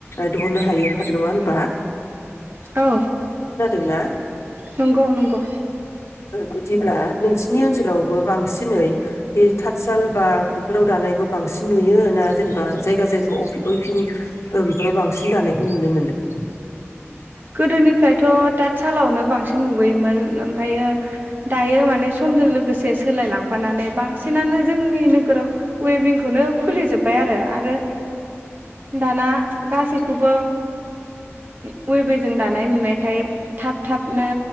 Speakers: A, on the left; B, on the right.
A: दिहुननो हायो नङा होनबा
B: औ
A: खोनादोंना।
B: नंगौ नंगौ
A: बिदिब्ला नोंसिनि ओनसोलावबो बांसि दिनै बे थातसाल बा बेफोराव दानायखौ बांसिन नुयो ना जेनेबा जायगा जायगा अइभिं औ बेफोराव बांसिन दानायखौ नुनो मोनो ।
B: गोदोनिफ्रायथ' ताटसालावनो बांसिन नुबोयोमोन ओमफ्रायो दायो माने समजों लोगोसे सोलायलांफानानै बांसिनानो जोंनि नोगोराव अइभिंखौनो खुलिजोबबाय आरो आरो दाना गासैखौबो ओ उइभिंजों दानाय नुनायखाय थाब थाबनो